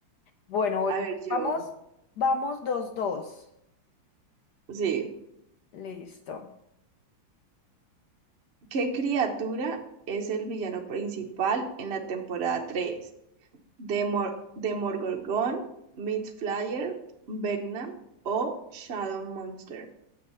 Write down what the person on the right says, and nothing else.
A ver, yo,
sí,
¿qué criatura es el villano principal en la temporada 3? ¿Demor Demogorgon, Mid Flyer, Vecna o Shadow Monster?